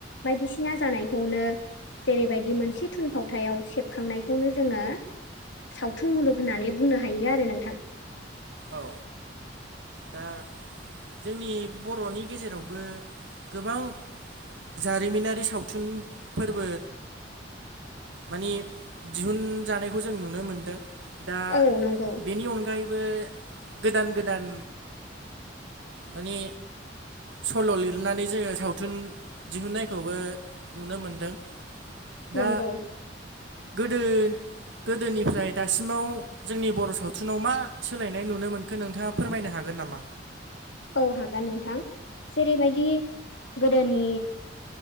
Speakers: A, on the left; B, on the right.
A: बायदिसिना जानायखौनो जेरैबायदि मोनसे थुनफावथायाव सेबखांनायखौनो जोङो सावथुन मुलुग होननानै बुंनो हायो आरो नोंथां।
B: औ। दा जोंनि बर'नि गेजेरावबो गोबां। जारिमिनारि सावथुन फोरबो मानिे दिहुनजानायखौ जों नुनो मोन्दों। दा
A: औ नंगौ
B: बेनि अनगायैबो गोदान गोदान माने सल' लिरनानै जोंङो सावथुन दिहुननायखौबो नुनो मोनदों दा
A: नंगौ
B: गो गोदोनिफ्राय दासिमाव जोंनि बर' सावथुनाव मा सोलायनाय नाय नुनो मोनखो नोंथांङा फोरमायनो हागोन नामा?
A: औ हागोन नोंथां। जेरैबायदि गोदोनि